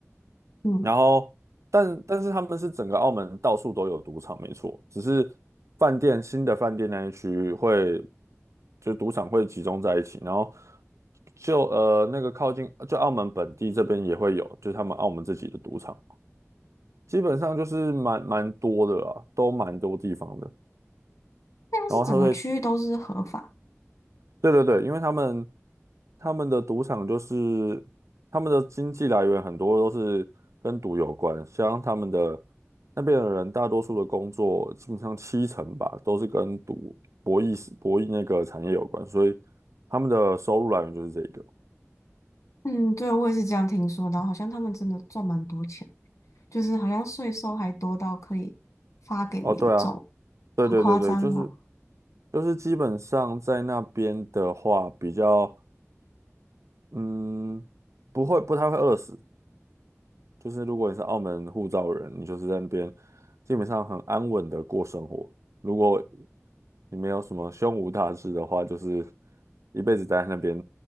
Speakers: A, on the left (about 75°); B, on the right (about 70°).
A: 嗯，
B: 然后，但但是他们是整个澳门到处都有赌场，没错，只是饭店新的饭店那一区会，就赌场会集中在一起，然后就呃那个靠近就澳门本地这边也会有，就是他们澳门自己的赌场，基本上就是蛮蛮多的啦，都蛮多地方的，
A: 那要是整个区域都是合法，
B: 然后他会对对对，因为他们他们的赌场就是他们的经济来源很多都是跟赌有关，像他们的那边的人，大多数的工作基本上七成吧都是跟赌博弈是博弈那个产业有关，所以他们的收入来源就是这个。
A: 嗯，对，我也是这样听说的，然后好像他们真的赚蛮多钱。就是好像税收还多到可以发给民众，
B: 哦，对啊，对对对对，
A: 好夸张哦！
B: 就是就是基本上在那边的话，比较嗯不会不太会饿死，就是如果你是澳门护照人，你就是在那边基本上很安稳的过生活。如果你没有什么胸无大志的话，就是一辈子待在那边，